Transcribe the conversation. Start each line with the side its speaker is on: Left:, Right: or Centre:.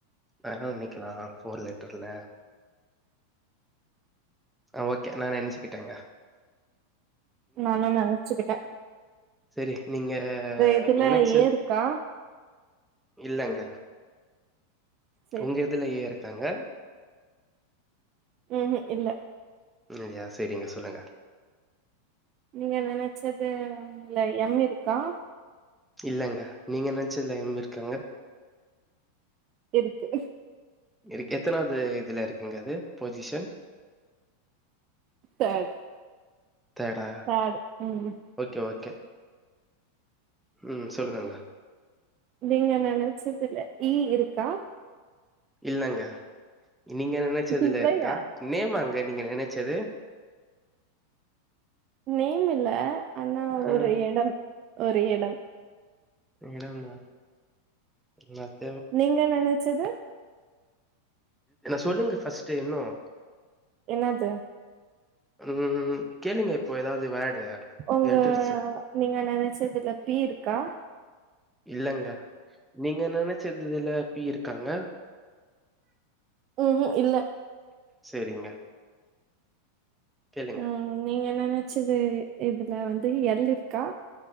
Centre: வேறென்ன வைக்கலா ஃபோர் லெட்டர்ல ஆஹ் ஓகே நா நினைச்சுக்கிட்டேங்க
Right: நானும் நினைச்சுக்கிட்டே
Centre: சரி நீங்க
Right: இதுல
Centre: நினைச்சு
Right: ஏ இருக்கா
Centre: இல்லங்க
Right: செரி
Centre: உங்க இதுல ஏ இருக்காங்க
Right: உஹம் இல்ல
Centre: இல்லயா சரிங்க சொல்லுங்க
Right: நீங்க நினச்சது ல எம் இருக்கா
Centre: இல்லங்க நீங்க நினச்சதுல எம் இருக்காங்க
Right: இருக்கு
Centre: இருக்கு எத்தனாவது இதுல இருக்குங்க அது பொசிஷன்
Right: தேர்ட்
Centre: தேர்டா
Right: தேர்ட் ம்
Centre: ஓகே ஓகே ம் சொல்லுங்கக
Right: நீங்க நினைச்சதுல ஈ இருக்கா
Centre: இல்லங்க நீங்க நினைச்சதுல
Right: இல்லயா
Centre: இருக்கா நேமாங்க நீங்க நினைச்சது
Right: நேம் இல்ல ஆனா
Centre: அ
Right: ஒரு இடம் ஒரு இடம்
Centre: இடம்மா மத்த
Right: நீங்க நெனச்சது
Centre: சொல்லுங்க ஃபர்ஸ்ட்ட இன்னும்
Right: என்னது
Centre: உம் கேளுங்க இப்போ ஏதாவது வேர்டு.
Right: உங்க
Centre: லெட்டர்ஸு.
Right: நீங்க நினைச்சதுல பி இருக்கா
Centre: இல்லங்க நீங்க நெனைச்ச இதுல பி இருக்காங்க
Right: ம்கும் இல்ல
Centre: செரிங்க கேளுங்க
Right: ம் நீங்க நினைச்சது இதுல வந்து எல் இருக்கா